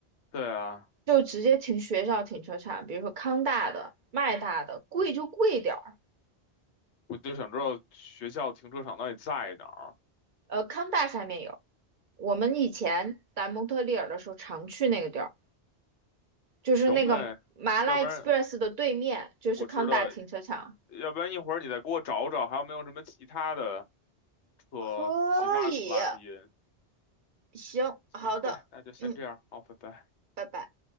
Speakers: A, on the left; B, on the right.
A: 对啊，
B: 就直接停学校停车场，比如说康大的、麦大的，贵就贵点儿。
A: 我就想知道学校停车场到底在哪儿。
B: 呃，康大下面有，我们以前在蒙特利尔的时候常去那个地儿。就是那个麻辣
A: 行呗，要不然
B: Express 的对面，就是康大停车场。
A: 我知道，要不然一会儿你再给我找找，还有没有什么其他的车，
B: 可以，
A: 其他的 plug in。
B: 行，
A: 行呗，
B: 好的，
A: 那就先这样，
B: 嗯，
A: 好，拜拜。
B: 拜拜。